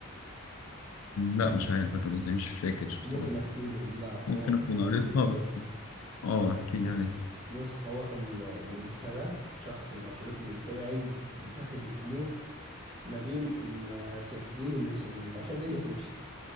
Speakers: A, on the left; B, on the right.
A: لا مش عارف قتله ازاي مش فاكر بصراحة
B: ممكن احكي لك دي ده حوار
A: ممكن اكون قريتها بس اه احكي لي عليها
B: بص هو كان النمسا ده الشخص الارشدوك النمساوي عايز يسهل الامور ما بين الصربيين والنمساويين عشان الدنيا تمشي